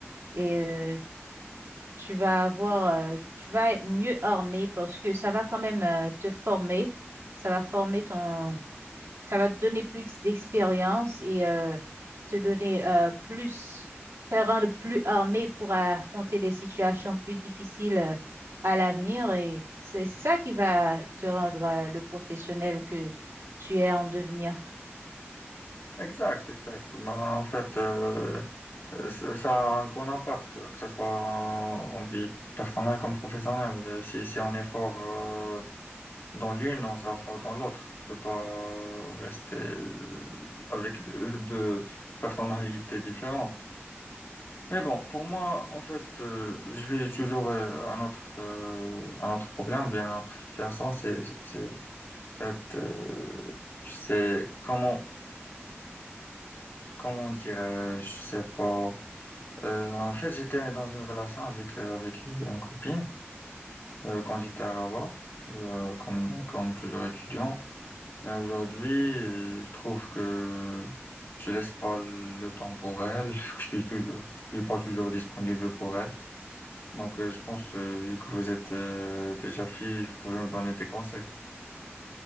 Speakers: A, on the right; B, on the left.
A: et euh, tu vas avoir, euh, tu vas être mieux armé parce que ça va quand même euh, te former. Ça va former ton, ça va te donner plus d'expérience et euh, te donner euh, plus, te rendre plus armé pour affronter des situations plus difficiles euh, à l'avenir. Et c'est ça qui va te rendre euh, le professionnel que tu es en devenir.
B: Exact, exact. Mais en fait, euh, euh, ça ça a un grand impact, que ce soit en en vie personnelle comme professionnelle. Si, si on est fort, euh, Dans l'une, on sera fort dans l'autre. On peut pas euh, rester euh, avec deux <laughs> deux personnalités différentes. Mais bon, pour moi, en fait, euh, je vais toujours euh, un autre, euh, un autre problème, ou bien une autre situation, c'est, c'est, c'est- en fait, euh, c'est comment, comment dirais-je, je sais pas. Euh, en fait, j'étais dans une relation avec, euh, avec une copine euh, quand j'étais à Rabat, euh, comme, comme toujours étudiant. Mais aujourd'hui, euh, je trouve que je laisse pas le temps pour elle, <laughs> que je suis toujours, que je suis pas toujours disponible pour elle. Donc, euh, je pense, euh, vu que vous êtes euh, déjà fille, vous pouvez me donner des conseils.